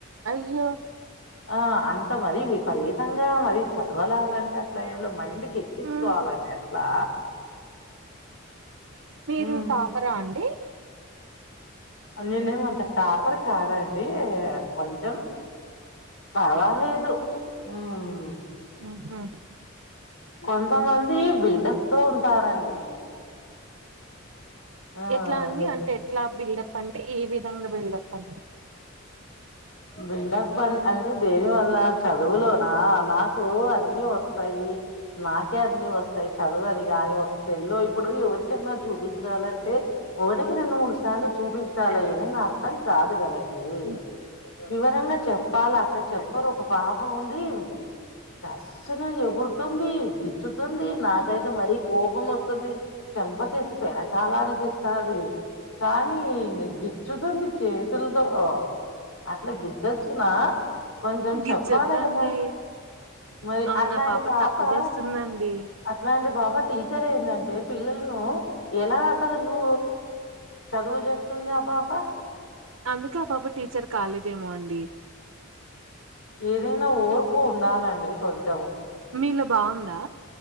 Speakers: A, on the right; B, on the left.
A: అయ్యో
B: ఆ అంత మరి విపరీతంగా మరి చదవలాలంటే అట్లా ఏ మైండ్ ఎక్కించుకోవాలండి
A: ఉమ్,
B: అట్లా
A: మీరు
B: హ్మ్.
A: టాపరా అండి
B: నేనేమో అంత టాపర్ కాదండి కొంచెం పర్వాలేదు ఉమ్
A: ఉహూ
B: కొంతమంది బిల్డర్స్ తో ఉంటారండి ఆ!
A: ఎట్లా అండి అంటే ఎట్లా బిల్డప్ అంటే ఏవి ధంగా బిల్డప్పడి
B: బిల్డప్ పం అంటే దేని వల్ల చదువులోనా నాకు అన్ని వస్తాయి నాకే అన్ని వస్తాయి చదువ అని కాగానీ ఒక సెల్లో ఇప్పుడు ఎవరికైనా చూపించాలంటే ఒకటికి రెండు మూడు సార్లు చూపించాలయనని అర్థం కాదు గదండీ
A: ఉమ్.
B: వివరంగ చెప్పాలి అట్ల చెప్పరు ఒక పాప ఉంది కస్సున ఎగుడుతుంది గిచ్చుతుంది నాకైతే మరీ కోపం వస్తుంది చెంపకేసి పెరకాల అనిపిస్తాది కానీ గిచ్చుతుంది చేతుల్ తో అట్ల గిచ్చొచ్చునా కొంచెం
A: గిచ్చద్దండి
B: చెప్పాలే గదా మరి
A: అవునా
B: అట్లాంటి
A: పాప
B: పాపా
A: తప్పు చేస్తుందండి
B: అట్లాంటి పాప టీచర్ ఏంటంటే పిల్లల్ను ఎలా అసలుకు చదువు చెప్త అందా పాప
A: అందుకే ఆ పాప టీచర్ కాలేదేమో అండి
B: ఏదైనా ఓర్పు ఉండాలండి కొంచ్
A: మీలో బాగుందా